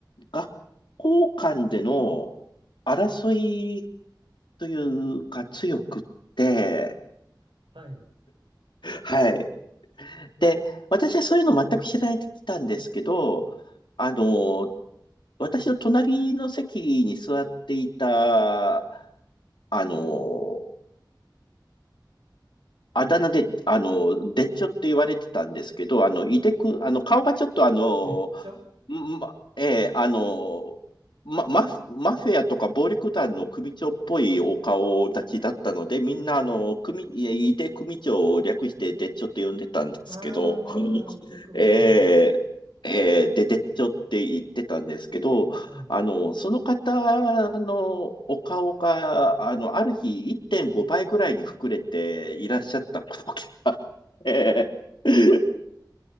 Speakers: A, on the left (about 75°); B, on the right (about 80°).
A: 学校間での争いというか強くって、
B: はい。
A: はい。で、私はそういうの全く知られてきたんですけど、あの、私の隣の席に座っていた、あの、
B: うん。
A: あだ名で、あの、でっちょって言われてたんですけど、あの、いでく、あの、顔がちょっとあの、
B: 別町
A: ま、えーあの、ま、マフ、マフィアとか暴力団の組長っぽいお顔立ちだったので、みんなあの、組、いやいで組長を略してでっちょって呼んでたんですけど、
B: ああ井手組長ね。
A: <laughs> えーえーで、
B: はい。
A: でっちょって言ってたんですけど、
B: はい。
A: あの、その方のお顔が、あの、ある日1.5倍ぐらいに膨れていらっしゃったことがあって、<laughs>